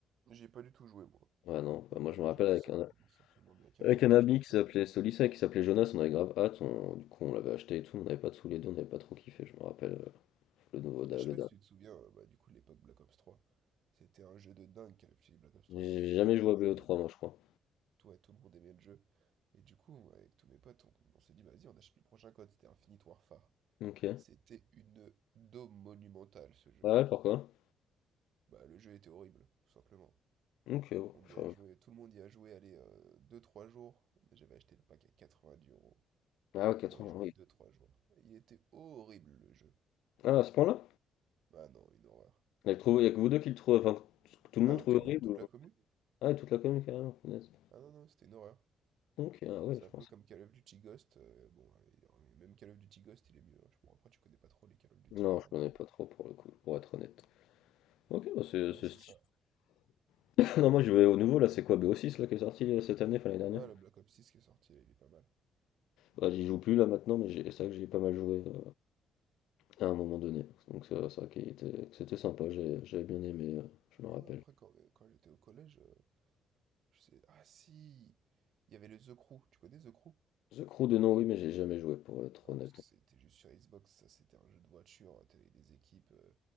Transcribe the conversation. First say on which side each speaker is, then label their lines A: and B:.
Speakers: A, on the right; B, on the left.
A: J'ai pas du tout joué, moi.
B: Ouais, non,
A: Après,
B: bah, moi, je
A: les
B: me rappelle
A: jeux qui
B: avec
A: sortent
B: un,
A: maintenant, c'est un peu moins bien qu'avant,
B: avec un
A: moi
B: ami
A: je me rappelle.
B: qui s'appelait Solissa, qui s'appelait Jonas, on avait grave hâte, on- du coup, on l'avait acheté et tout, on n'avait pas tous les deux, on n'avait pas trop kiffé, je me rappelle, euh, le nouveau, da-
A: Mais je sais
B: le
A: pas
B: dernier.
A: si tu te souviens, euh, bah, du coup, de l'époque Black Ops 3. C'était un jeu de dingue, Call of Duty Black Ops 3.
B: J'ai
A: Il y avait
B: jamais
A: tellement
B: joué
A: de
B: à
A: joueurs.
B: BO3,
A: là.
B: moi, je crois.
A: Tout, ouais, tout le monde aimait le jeu. Et du coup, moi, avec tous mes potes, on, on s'est dit, vas-y, on achète le prochain code. C'était Infinite Warfare.
B: Ok.
A: C'était une daube monumentale, ce jeu.
B: Ah Ouais, pourquoi?
A: Bah, le jeu était horrible, tout simplement.
B: Ok, bon,
A: On y
B: je
A: a
B: crois-
A: joué, tout le monde y a joué, allez, euh, deux trois jours. Mais J'avais acheté le pack à 90 euros
B: Ah, ouais, 80,
A: pour y jouer
B: oui.
A: deux trois jours. Il était horrible, le jeu.
B: Ah, à ce point-là?
A: Bah non, une horreur.
B: Il y a que vous deux qui le trouvez, enfin, tout le
A: Ah
B: monde
A: non,
B: trouve
A: tout le
B: horrible?
A: monde, toute la commune?
B: Ah, toute la commune, carrément, punaise.
A: Ah non, non, c'était une horreur.
B: OK, ah ouais,
A: C'est
B: je
A: un peu
B: pense.
A: comme Call of Duty Ghost. euh, bon, euh, même Call of Duty Ghost, il est mieux. hein. Je- Bon, après, tu connais pas trop les Call of Duty
B: Non,
A: apparemment.
B: je connais pas trop pour le coup, pour être honnête. OK, bah c'est
A: Ouais,
B: c'est
A: c'est
B: sti-
A: ça.
B: <laughs> Non, moi je vais au nouveau là, c'est quoi BO6 là qui est sorti euh, cette année, enfin l'année dernière.
A: Ouais, le Black Ops 6 qui est sorti, là, il est pas mal.
B: Bah, j'y joue plus là maintenant, mais j'ai- c'est vrai que j'y ai pas mal joué euh, à un moment donné. Donc c'est c'est vrai qu'il était- que c'était sympa, j'ai- j'avais bien aimé, euh, je me rappelle.
A: Ouais, après, quand, euh, quand j'étais au collège, euh, je sais. Ah si! Il y avait le The Crew. Tu connais The Crew?
B: The Crew de nom, oui, mais j'ai jamais joué pour être
A: Ouais,
B: honnête.
A: parce que c'était juste sur Xbox, ça, c'était un jeu de voiture. hein, T'avais des équipes, euh,